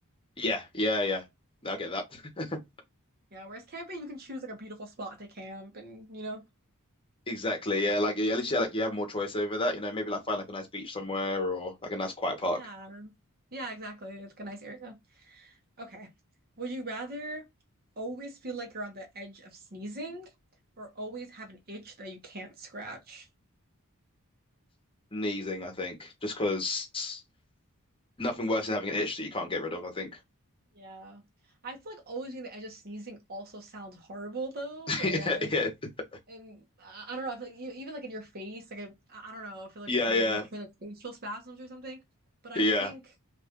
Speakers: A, on the left (about 25°); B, on the right (about 45°).
A: Yeah, yeah, yeah. I get that. <laughs>
B: Yeah, whereas camping, you can choose like a beautiful spot to camp and, you know,
A: Exactly.
B: yeah.
A: Yeah, like at least yeah, like you have more choice over that. You know, maybe like find like a nice beach somewhere or like a nice quiet park.
B: Yeah. Yeah, exactly. It's like a nice area. Okay. Would you rather always feel like you're on the edge of sneezing or always have an itch that you can't scratch?
A: Sneezing, I think, just because nothing worse than having an itch that you can't get rid of. I think.
B: Yeah. I feel like always being on the edge of sneezing also sounds horrible though.
A: <laughs>
B: Like I and I I don't know, I feel like you, even like in your face, like I, I don't know, I feel like
A: Yeah,
B: cra
A: yeah,
B: will create like facial spasms or something. But I
A: yeah,
B: think